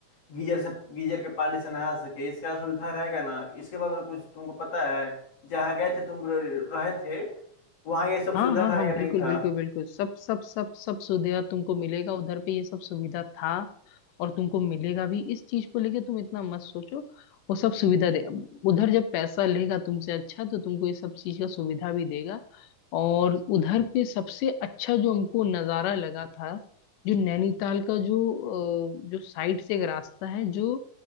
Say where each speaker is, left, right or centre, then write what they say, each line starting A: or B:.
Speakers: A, on the left; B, on the left.
A: गीजर से गीजर के पानी से नहा सके इसका सुविधा रहेगा ना इसके बारे में कुछ तुमको पता है जहाँ गए थे तुम र- रहे थे वहाँ ये सब सुविधा
B: हाँ हाँ
A: था
B: हाँ
A: या नहीं
B: बिल्कुल
A: था
B: बिल्कुल बिल्कुल सब सब सब सब सुविधा तुमको मिलेगा उधर पे ये सब सुविधा था और तुमको मिलेगा भी इस चीज को लेके तुम इतना मत सोचो वो सब सुविधा दे उधर जब पैसा लेगा तुमसे अच्छा तो तुमको ये सब चीज का सुविधा भी देगा और उधर पे सबसे अच्छा जो हमको नजारा लगा था जो नैनीताल का जो अ, जो साइड से एक रास्ता है जो